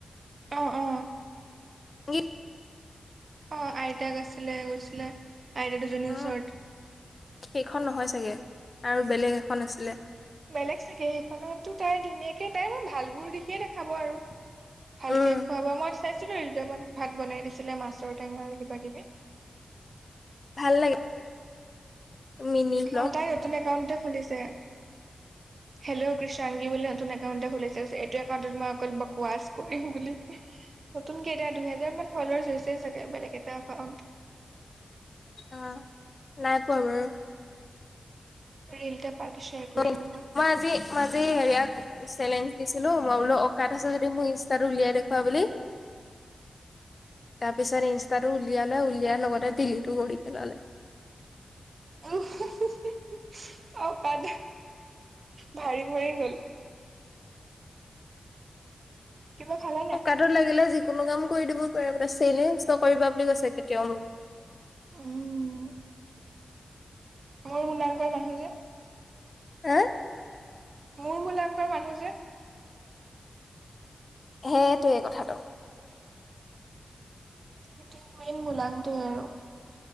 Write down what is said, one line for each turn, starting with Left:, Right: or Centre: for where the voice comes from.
Right: অ' অ'।
Left: <unintelligible>
Right: অ', আইতাক আছিলে গৈছিলে, আইতা দুজনীৰ
Left: উম,
Right: ওচৰত।
Left: সেইখন নহয় চাগে। আৰু বেলেগ এখন আছিলে।
Right: বেলেগ চাগে এইখনতটো তাই ধুনীয়াকে তাই ভালবোৰ দিশে দেখাব আৰু। ভালকে
Left: উম,
Right: খোৱা বোৱা, মই চাইছিলো ৰিলটো এবাৰ, ভাত বনাই দিছিলে মাছৰ টেঙাৰ কিবা কিবি।
Left: ভাল লাগে। মিনি ব্লগ
Right: অ', তাই নতুন একাউনটে খুলিছে।
Left: <unintelligible>
Right: হেল্ল, কৃষাংগী বুলি নতুন একাউণ্ট এটা খুলিছে এইটো একাউণ্টত মই অকল বকৱাছ কৰিম বুলি। নতুনকে, এতিয়া দুহেজাৰ মান ফ'লৱাৰ্চ হৈছে চাগে বেলেগ এটা এটাকাউট।
Left: উম, নাই পোৱা বাৰু।
Right: <unintelligible> কৰি
Left: মই
Right: দিম ৰবা
Left: আজি মই আজি হেৰিয়া চেলেঞ্জ দিছিলো, মই বোলো অকাত আছো যদি মোৰ ইনষ্টাটো উলিয়াই দেখুৱা বুলি। তাৰপিছত ইনষ্টাটো উল উলিয়ালে উলিয়াই লগতে দিলিতো কৰিৰি পেলালে
Right: উম <unintelligible> অ', তাত, ভাৰি পৰি গল। কিবা খালা নাই
Left: <unintelligible> লাগিলে যিকোনো কাম কৰি দিব পাৰে মানে চলেঞ্জ নকৰিবা বুলি কৈছে কেতিয়াও মোক।
Right: উম। মোৰ মুলাংকৰ মানুহ যে।
Left: হে
Right: মোৰ মূলাংকৰ মানুহ যে।
Left: সেটোৱে কথাটো।
Right: সেটোৱে সেইন মূলাংকটো আৰু,